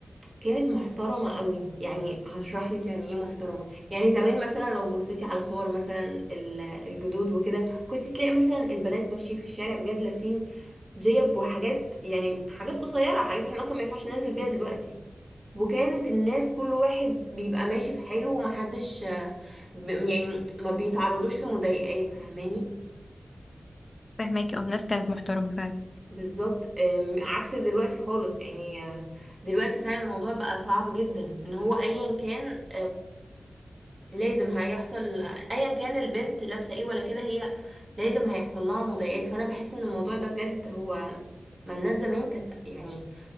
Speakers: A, on the right; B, on the left.
A: كانت محترمة قوي يعني هشرح لك يعني ايه محترمة يعني زمان مثلا لو بصيتي على صور مثلا ال- الجدود وكده كنت تلاقي مثلا البنات ماشيين في الشارع بجد لابسين جيب وحاجات يعني حاجات قصيرة حاجات احنا اصلا ما ينفعش ننزل بيها دلوقتي وكانت الناس كل واحد بيبقى ماشي في حاله ومحدش آه، ب- يعني ما بيتعرضوش لمضايقات فاهماني
B: فهماكي اه الناس كانت محترمة فعلا
A: بالظبط آم، عكس دلوقتي خالص يعني آه، دلوقتي فعلا الموضوع بقى صعب جدا ان هو ايا كان لازم هيحصل ايا كان البنت لابسه ايه ولا كده هي لازم هيحصل لها مضايقات فانا بحس ان الموضوع ده بجد هو ما الناس زمان كانت يعني